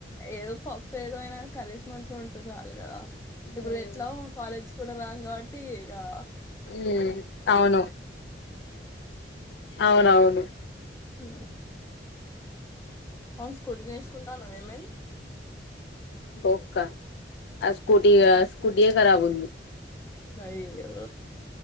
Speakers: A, on the left (about 15°); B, on the left (about 75°).
A: ఏదో పప్పు ఏదో ఐనా కర్ర్సీ మంచిగా వండితే చాలు గదా
B: మ్మ్
A: ఇప్పుడు ఎట్లా ఓ కాలేజ్ కూడా రాం గావట్టి ఇగా
B: ఉహ్ అవును అవునవును
A: ఉహ్ అవును స్కూటీ నేర్చుకుంటాన్నావ్ ఏమైన్
B: పొక్కా ఆ స్కూటీగా స్కూటీయే కరాబ్ ఉంది.
A: అయ్యో